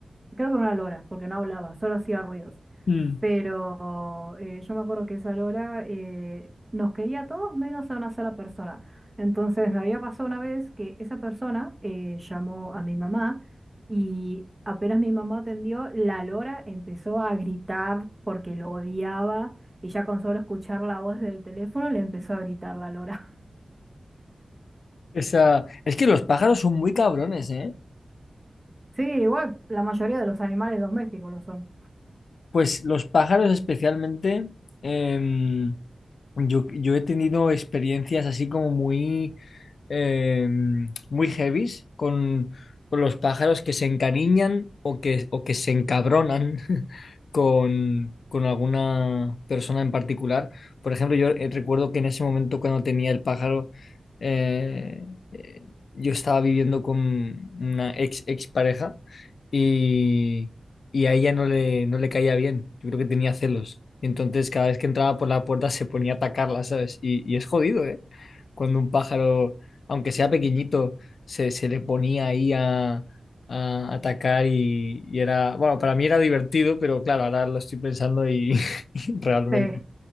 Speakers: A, on the right; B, on the left.
A: creo que era una lora, porque no hablaba, solo hacía ruidos.
B: mm.
A: pero eh, yo me acuerdo que esa Lora eh, nos quería a todos menos a una sola persona. Entonces me había pasado una vez que esa persona eh, llamó a mi mamá y apenas mi mamá atendió, la Lora empezó a gritar porque lo odiaba y ya con solo escuchar la voz del teléfono le empezó a gritar la Lora. <laughs>
B: Esa... Es que los pájaros son muy cabrones, ¿eh?
A: Sí, igual la mayoría de los animales domésticos lo son.
B: Pues los pájaros especialmente, em, yo, yo he tenido experiencias así como muy, eh, muy heavies con, con los pájaros que se encariñan o que, o que se encabronan <laughs> con, con alguna persona en particular. Por ejemplo, yo eh, recuerdo que en ese momento cuando tenía el pájaro, eh, eh, yo estaba viviendo con una ex, ex pareja y, y a ella no le, no le caía bien. Yo creo que tenía celos. Y entonces cada vez que entraba por la puerta se ponía a atacarla, ¿sabes? Y, y es jodido, ¿eh? cuando un pájaro, aunque sea pequeñito, se, se le ponía ahí a, a atacar y, y era, bueno, para mí era divertido, pero claro, ahora lo estoy pensando y <laughs> realmente
A: Sí.